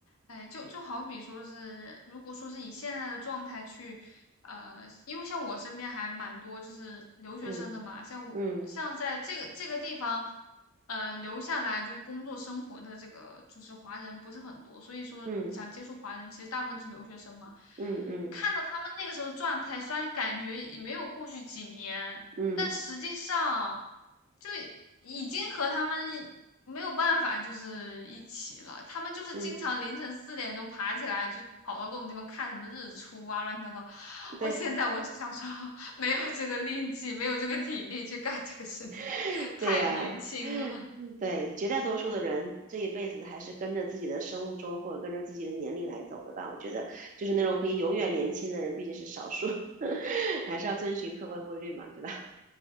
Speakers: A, on the left; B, on the right.
A: 哎，就就好比说是，如果说是以现在的状态去，呃，因为像我身边还蛮多就是留学生的嘛，
B: 嗯
A: 像我像在这个这个地方，
B: 嗯
A: 呃，留下来就是工作生活的这个就是华人不是很多，所以说想接触华人，
B: 嗯
A: 其实大部分是留学生嘛。
B: 嗯嗯
A: 看到他们那个时候状态，虽然感觉也没有过去几年，
B: 嗯嗯
A: 但实际上就已经和他们。没有办法，就是一起了。他们就是经常凌晨四点钟爬起来，
B: 嗯，
A: 就跑到各种地方看什么日出啊，乱七八糟。
B: 对。
A: 我现在我只想说，<laughs> 没有这个力气，没有这个体力去干这个事情，
B: <laughs>
A: <laughs>
B: 对呀，
A: 太年轻了。
B: 嗯对，绝大多数的人这一辈子还是跟着自己的生物钟或者跟着自己的年龄来走的吧。我觉得，就是那种可以永远年轻的人毕竟是少数，<laughs> 还是要遵循客观规律嘛，对吧？